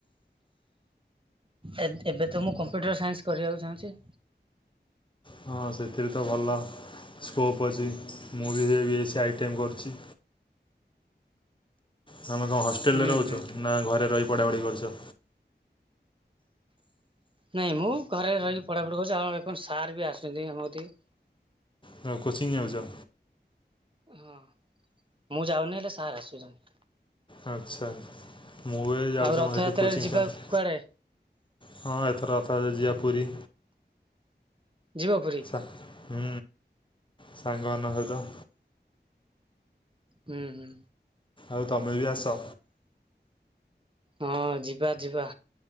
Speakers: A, on the right; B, on the left.
A: ଏବେ ଏବେ ତ ମୁଁ କମ୍ପ୍ୟୁଟର୍ ସାଇନ୍ସ୍ କରିବାକୁ ଚାହୁଁଚି
B: ହଁ ସେଥିରେ ତ ଭଲ ସ୍କୋପ୍ ଅଛି ମୁଁ ବି ସେ ବି ଏ ସ୍ ଆଇଟିଏମ୍ କରୁଚି। ତମେ କଣ ହଷ୍ଟେଲ୍
A: ହୁଁ
B: ରେ ରହୁଚ
A: ହୁଁ
B: ନା ଘରେ ରହି ପଢ଼ାପଢ଼ି କରୁଚ?
A: ନାହିଁ ମୁଁ ଘରେ ରହିକି ପଢ଼ାପଢ଼ି କରୁଛି ଆ ସାର୍ ବି ଆସୁଛନ୍ତି ଆମକତି କି
B: ହଁ କୋଚିଂ ଯାଉଛ?
A: ହଁ ମୁଁ ଯାଉନି ହେଲେ ସାର୍ ଆସୁଚନ୍ତି।
B: ଆଛା ମୁଁ ଏଇ ଯାଉଛି
A: ଆଉ ରଥଯାତ୍ରାରେ
B: ଆମର ସେଇଠି କୋଚିଂ
A: ଯିବା
B: ସେଣ୍ଟର୍
A: କୁଆଡେ
B: ହଁ ଏଥର ରଥ ଯାତ୍ରା ଯିବା ପୁରୀ
A: ଯିବ ପୁରୀ?
B: ହୁଁ ସାଙ୍ଗ ମାନ ସହିତ।
A: ହୁଁ ହୁଁ।
B: ଆଉ ତମେ ବି ଆସ।
A: ହଁ ଯିବା ଯିବା